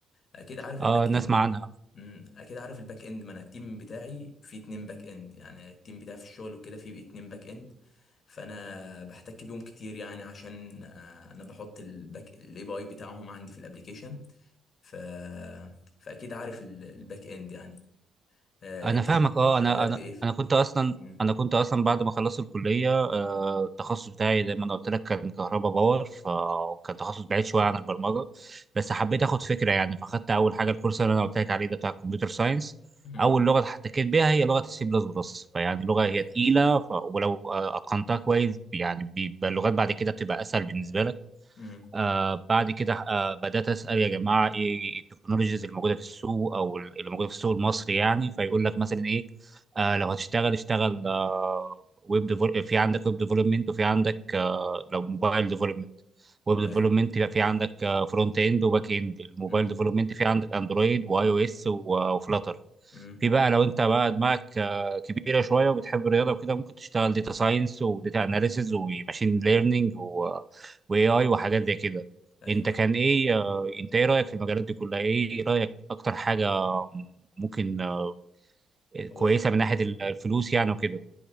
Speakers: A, on the left; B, on the right.
A: اكيد عارف
B: اه
A: الباك
B: نسمع
A: اند
B: عنها
A: امم اكيد عارف الباك اند ما انا التيم بتاعي فيه اتنين باك اند يعني التيم بتاعي في الشغل وكده فيه اتنين باك اند فانا بحتك بيهم كتير يعني عشان آه، انا بحط الباك الاي بي اي بتاعهم عندي في الابليكيشن ف فاكيد عارف ال- الباك اند يعني آه،
B: انا
A: انت
B: فاهمك
A: ش-
B: اه
A: شغال
B: انا انا
A: بايه في-
B: انا كنت اصلا
A: امم
B: انا كنت اصلا بعد ما خلصت الكليه آه، التخصص بتاعي زي ما انا قلت لك كان كهرباء باور فكان تخصص بعيد شويه عن البرمجه بس حبيت اخد فكره يعني فاخدت اول حاجه الكورس اللي انا قلت لك عليه ده بتاع الكمبيوتر ساينس
A: امم
B: اول لغه احتكيت بيها هي لغه السي بلس بلس فيعني لغه هي
A: ايوه
B: تقيله ف... ولو آه، اتقنتها كويس يعني بيبقى اللغات بعد كده بتبقى اسهل بالنسبه لك
A: امم
B: آه بعد كده آه بدأت أسأل يا جماعة إيه التكنولوجيز اللي موجودة في السوق أو اللي موجودة في السوق المصري يعني فيقول لك مثلا إيه آه لو هتشتغل اشتغل آه ويب ديفول... في عندك ويب ديفلوبمنت وفي عندك آه لو موبايل ديفلوبمنت ويب ديفلوبمنت
A: ايوه
B: يبقى في عندك فرونت اند وباك اند الموبايل
A: امم
B: ديفلوبمنت في عندك اندرويد واي او اس وفلاتر
A: امم
B: في بقى لو انت بقى دماغك آه، كبيره شويه وبتحب الرياضه وكده ممكن تشتغل داتا ساينس وداتا اناليسز وماشين ليرنينج واي اي وحاجات زي كده
A: ايوه
B: انت كان
A: أيوة.
B: ايه آه، انت ايه رايك في المجالات دي كلها ايه رايك اكتر حاجه ممكن آه،
A: هو
B: كويسه
A: انا
B: من ناحيه الفلوس يعني وكده